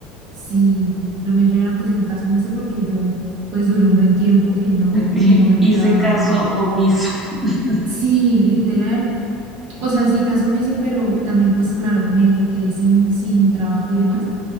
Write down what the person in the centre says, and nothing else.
<laughs>
Hice
caso omiso. <laughs>